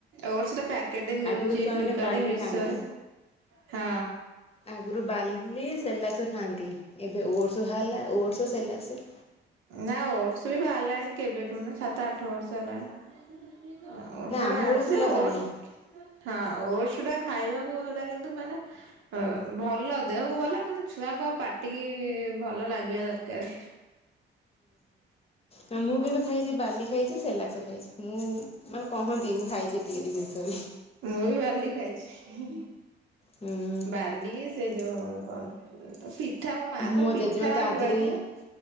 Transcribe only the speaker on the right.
ଓଟସ୍ ର ପ୍ୟାକେଟ ମିଳୁଚି
ଫ୍ଲିପକାର୍ଟ
ମିଶୋରେ
ହଁ।
ନା ଓଟ୍ସ ବି ବାହାରିଲାଣି କେବେଠୁ ନା ସାତ ଆଠ ବର୍ଷ ହେଲାଣି। ଅ
ସେ
ବାହାରଛ
ଓଟ୍ସ
ହଁ ଓଟ୍ସ ଟା ଖାଇବାକୁ ଏଟା କିନ୍ତୁ ମାନେ ଅ ଭଲ ଦେହକୁ ଭଲ କିନ୍ତୁ ଛୁଆଙ୍କ ପାଟିକି ଭଲ ଲାଗିବା ଦରକାର।
ମୁଁ ବି ବାଲି ଖାଇଛି
ବାଲି ସେ ଯୋଉ କଣ ତ ପିଠା ମାଆ ତ
ପିଥା
ଗୁଆଘିଅ